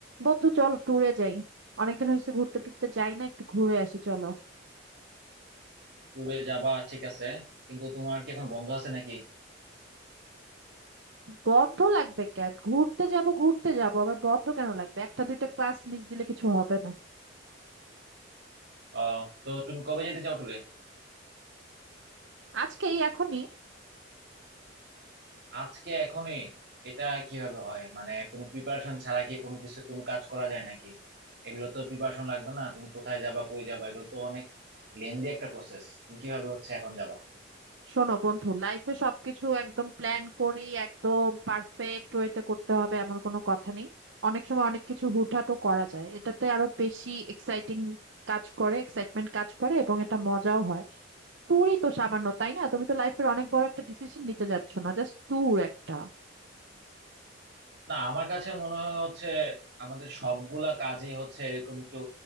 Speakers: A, on the right (about 75°); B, on the right (about 55°).
A: বন্ধু চল ট্যুরে যাই অনেকদিন হয়েছে ঘুরতে টুরতে যাই না একটু ঘুরে আসি চলো
B: ট্যুরে যাবা ঠিক আছে কিন্তু তোমার কি এখন বন্ধ আছে নাকি
A: বন্ধ লাগবে কেন ঘুরতে যাব ঘুরতে যাব আবার বন্ধ কেন লাগবে একটা দুইটা ক্লাস মিস দিলে কিছু হবে না
B: আহ তো তুমি কবে যেতে চাও ট্যুরে
A: আজকেই এখনই
B: আজকে এখনই এটা কিভাবে হয় মানে কোনো প্রিপারেশন ছাড়া কি কোনো কিছু কোনো কাজ করা যায় নাকি এগুলো তো প্রিপারেশন লাগবে না তুমি কোথায় যাবা কই যাবা এগুলো তো অনেক লেন্দি একটা প্রসেস তুমি কিভাবে হচ্ছে এখন যাবা
A: শোনো বন্ধু লাইফে সবকিছু একদম প্ল্যান করি একদম পারফেক্ট ওয়েতে করতে হবে এমন কোনো কথা নেই অনেক সময় অনেক কিছু হুটহাটও করা যায় এটাতে আরো বেশি এক্সাইটিং কাজ করে এক্সাইটমেন্ট কাজ করে এবং এটা মজাও হয় ট্যুরই তো সামান্য তাই না তুমি তো লাইফের অনেক বড় একটা ডিসিশন নিতে যাচ্ছ না জাস্ট ট্যুর একটা
B: না আমার কাছে মনে হয় হচ্ছে আমাদের সবগুলা কাজেই হচ্ছে এরকম একটু